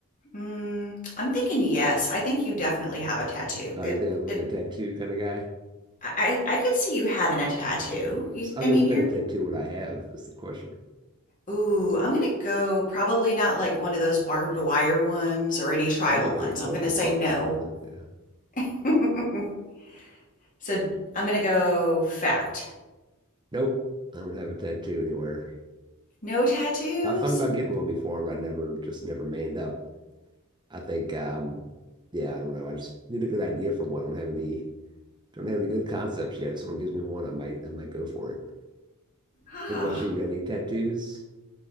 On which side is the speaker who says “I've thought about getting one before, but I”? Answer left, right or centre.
Right